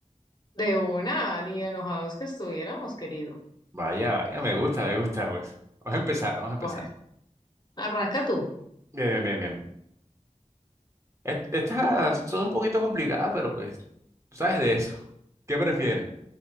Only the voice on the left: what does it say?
De una, ni enojados que estuviéramos, querido.
Bueno, arranca tú.